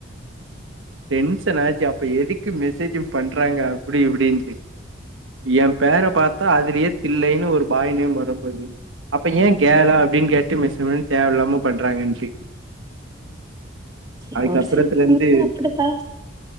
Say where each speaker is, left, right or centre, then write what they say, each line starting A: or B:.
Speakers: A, on the right (about 75°); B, on the right (about 20°).
A: டென்ஷன் ஆச்சு அப்றோ எதுக்கு மெசேஜு பண்றாங்க அப்டி இப்டின்னுட்டு என் பேர பாத்தா அதுலியே தில்லைன்னு ஒரு பாய் நேம் வரப்போது அப்ப ஏன் கேளா அப்டின்னு கேட்டு மெசேஜ் பண்ணு தேவ இல்லாம பண்றாங்கன்ட்டு
B: சரி
A: அதுக்கப்புறத்துலேந்து
B: ஒரு சில பொண்ணுங்க அப்படித்தா